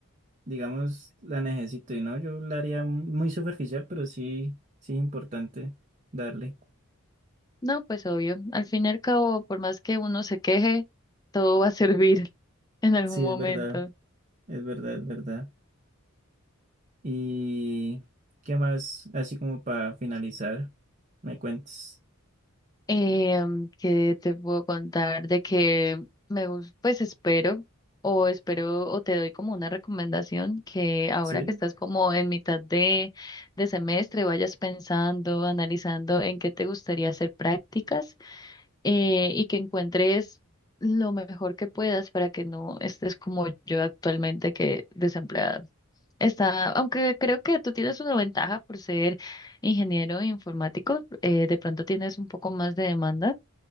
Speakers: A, on the right (about 30°); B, on the left (about 15°).
A: digamos, la necesito y no, yo la haría muy superficial, pero sí, sí es importante darle.
B: No, pues obvio. Al fin y al cabo, por más que uno se queje, todo va a <laughs> servir en algún
A: Sí,
B: momento.
A: es verdad, es verdad, es verdad. ¿Y qué más? Así como para finalizar, me cuentes.
B: Em, ¿qué te puedo contar? De que me gusta, pues espero, o espero, o te doy como una recomendación que ahora
A: Sí,
B: que estás como en mitad de, de semestre, vayas pensando, analizando en qué te gustaría hacer prácticas eh, y que encuentres lo mejor que puedas para que no estés como yo actualmente que desempleada. Está, aunque creo que tú tienes una ventaja por ser ingeniero informático, eh, de pronto tienes un poco más de demanda,